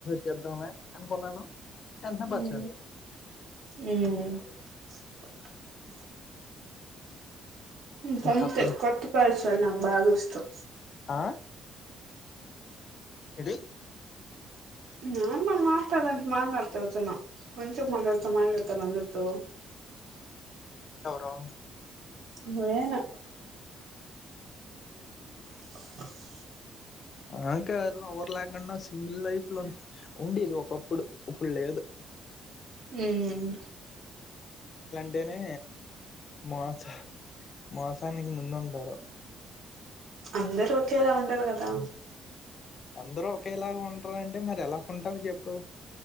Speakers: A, on the left (about 50°); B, on the right (about 70°).
A: చేద్దామనే అనుకున్నాను.
B: ఏంది
A: వెంటనే పరిచయం అయ్యావ్
B: ఊ హ ఉమ్ సంతే
A: ఇంకా అప్పటి నుంచి
B: కొత్త పల్చాల నాంబాస్తు ఇసు
A: ఆ ఏంటి
B: నాన్న మాట్లాడక మాట్లాడత ఎవరి చోనో మనుషగ మాట్లాడతా మాట్లాతన అందరితో
A: ఎవురో
B: నేనా హె
A: నాకే లవర్ లేకుండా సింగల్ లైపు లో ఉండేది ఒకప్పుడు ఇప్పుడు లేదు
B: హమ్
A: ప్రేమే మోసం మోసానికి ముందుంటారు
B: అందరూ ఒకేలా ఉండరు కదా
A: అందరూ ఒకేలాగా ఉంటారు అంటే మరి ఎలా క గుంటారో చెప్పు